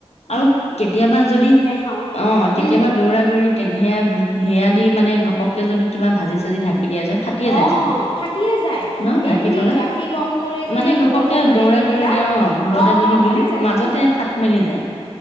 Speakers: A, on the left (about 70°); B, on the left (about 55°).
A: আৰু কেতিয়াবা যদি
B: খাওঁ
A: অঁ কেতিয়াবা
B: উম
A: দৌৰা দৌৰি সেয়া, সেয়া দি মানে ঘপককে যদি কিবা ভাজি চাজি ধাকি দিয়া য ফাটিয়ে
B: অঁ
A: যায় চোন ন
B: ফাটিয়ে যায়
A: ঢাকি
B: এই তুমি
A: থলে
B: গাখীৰ গৰম কৰি যদি
A: মানে ঘপকে
B: ভুলতে যদি
A: দৌৰা
B: দি
A: ধৰি
B: দিলা
A: তেও অ, ভুলতে
B: অঁ
A: যদি
B: অঁ ফাটি
A: দিলো
B: যায়
A: মাজতে
B: ফাটি যায়
A: ফাট মেলি যায়।